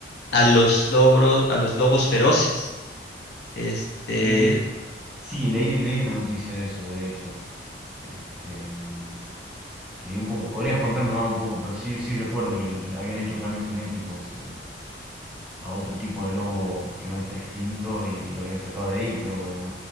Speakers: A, on the left; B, in the centre.
A: a los lobros, a los lobos feroces. Este,
B: Sí, sí, leí, leí una noticia de eso, de hecho. Este, mm, leí un poco, podrías contarme más un poco, pero sí, sí recuerdo que el- habían hecho cambios genéticos eh, a otro tipo de lobo que no está extinto y lo habían sacado de ahí, pero